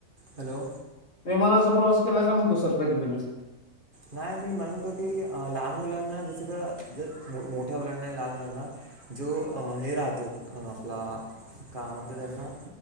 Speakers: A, on the right (about 40°); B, on the left (about 50°).
A: हॅलो
B: विमानाचा प्रवास केला का म्हणतो सर कधी तुम्ही?
A: नाही मी म्हणत होतो की, अ लहान मुलांना जस का ज मोठ्या मुलांना लहान मुलांना जो हे राहतो‌ आपला का म्हणतात त्यांना